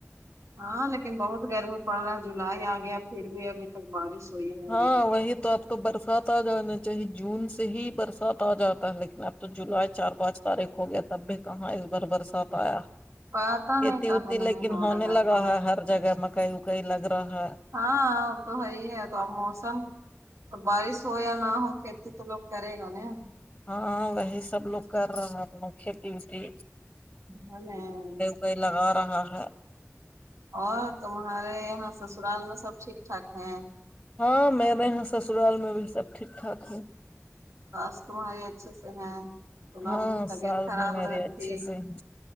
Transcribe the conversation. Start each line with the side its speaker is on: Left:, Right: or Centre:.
Right: ہاں لیکن بہت گرمی پڑ رہا ہے جولائی آ گیا پھر بھی ابھی تک بارش ہوئی نہیں
Left: ہاں
Right: رہی
Left: وہی تو اب تو برسات آ جانا چاہی جون سے ہی برسات آ جاتا ہے لیکن اب تو جولائی چار پانچ تاریخ ہو گیا تب بھی کہاں اس بار برسات آیا کھیتی
Right: پتا نہیں کہاں
Left: وتی
Right: نہیں
Left: لیکن
Right: ہو
Left: ہونے
Right: رہا
Left: لگا
Right: بہت
Left: ہے ہر جگہ مکائی وکائی لگ رہا ہے
Right: ہاں اب تو وہی ہے تو اب موسم بارش ہو یا نہ ہو کھیتی تو لوگ کرے گا نہ
Left: ہاں وہی سب لوگ کر رہا ہے کھیتی وتی
Right: ہمیں
Left: ئی لگا رہا ہے
Right: اور تمہارے یہاں سسرال میں سب ٹھیک ٹھاک ہیں
Left: ہاں میرے یہاں سسرال میں بھی سب ٹھیک ٹھاک ہے
Right: ساس تمہاری اچھے سے ہیں سنا
Left: ہاں
Right: ان کی طبیعت
Left: ساس
Right: خراب
Left: بھی میری
Right: رہتی
Left: اچھے سے ہیں